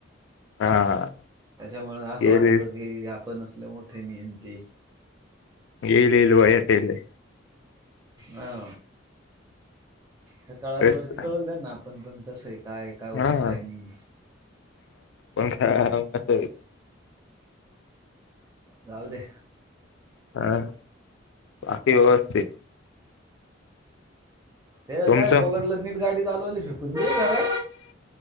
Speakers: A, on the left; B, on the right.
A: हा.
B: त्याच्यामुळ असं
A: येईल
B: वाटत
A: येईल
B: की आपण असले मोठे नियती
A: येईल येईल बा येतेले
B: हा. त्या कळाल्यावरती
A: तेच तर
B: कळल द्या ना आपण पण कसं आहे. काय काय होतं
A: हा
B: काय नाही.
A: हा कस हाय?
B: जाऊदे
A: हा बाकी व्यवस्थित
B: ते
A: तुमचं
B: काय पोलाटला नीट गाडी चालवायला शिकून घे जरा